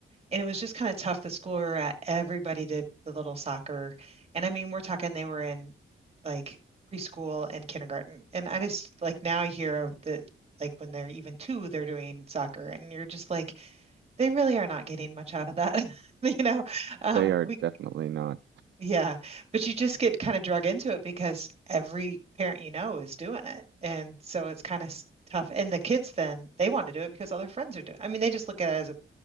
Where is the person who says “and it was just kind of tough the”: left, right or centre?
Right